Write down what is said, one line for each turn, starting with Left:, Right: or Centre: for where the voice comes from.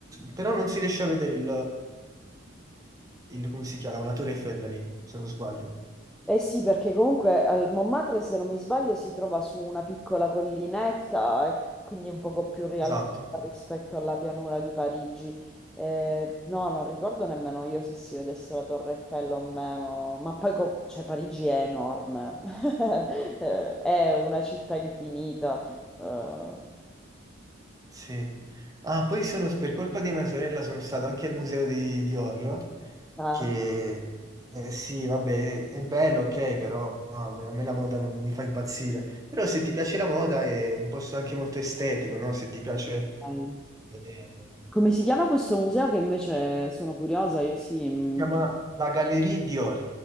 Right: però non si riesce a vedere il, il- come si chiama, la Torre Eiffel da lì, se non sbaglio.
Centre: Eh sì, perché comunque al Montmartre, se non mi sbaglio, si trova su una piccola collinetta e quindi un poco più rialzata
Right: Esatto,
Centre: rispetto alla pianura di Parigi. Eh, no, non ricordo nemmeno io se si vedesse la Torre Eiffel o meno, ma poi co- cioè, Parigi è enorme, <laughs> Eh, è una città infinita. Eh,
Right: sì. Ah, poi sono, per colpa di mia sorella sono stato anche al museo di Dior.
Centre: ah,
Right: che eh, sì, vabbè, è bello, ok, però a me, a me la moda non mi fa impazzire. Però se ti piace la moda è un posto anche molto estetico, no? Se ti piace...
Centre: ok.
Right: eh,
Centre: Come si chiama questo museo che invece sono curiosa, io sì, mh,
Right: si chiama la Galerie Dior.